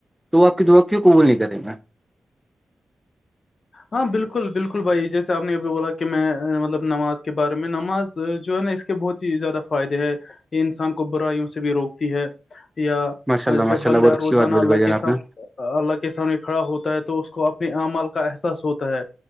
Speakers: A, in the centre; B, on the left.
A: تو وہ آ کی دعا کیوں قبول نہیں کریں گے
B: ہاں بالکل بالکل بھائی جیسے آپ نے ابھی بولا کہ میں مطلب نماز کے بارے میں نماز جو ہے نا اس کے بہت زیادہ فائدے ہے یہ انسان کو برائیوں سے بھی روکتی ہے یا
A: ماشاء اللہ
B: جب
A: ماشاء
B: بندہ
A: اللہ بہت اچھی
B: روزانہ
A: بات بولی
B: اللہ
A: بھائی جان
B: کے
A: آپ
B: ساتھ
A: نے
B: اللہ کے سامنے کھڑا ہوتا ہے تو اس کو اپنے اعمال کا احساس ہوتا ہے